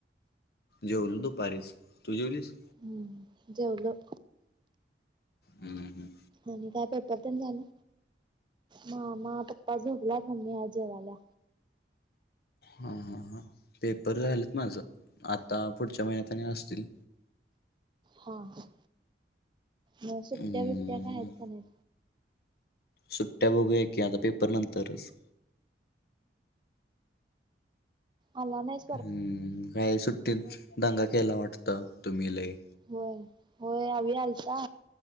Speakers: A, on the left (about 60°); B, on the right (about 25°).
A: जेवलो दुपारीच तू जेवलीस?
B: हम्म जेवलो.
A: हम्म हम्.
B: आणि काय पेपर तेन झाला मामा, पप्पा झोपल्यात मम्मी आत जेवायलीया.
A: हा हा हा पेपर झालेत माझं आता पुढच्या महिन्यात आणि असतील.
B: हा हा. म सुट्ट्या
A: हम्म
B: बिट्या काय हायत का नायत?
A: सुट्ट्या बघूया की आता पेपर नंतरच.
B: अला नायस?
A: हम्म काय सुट्टीत दंगा केला वाटत तुम्ही लय?
B: होय होय आवी आलता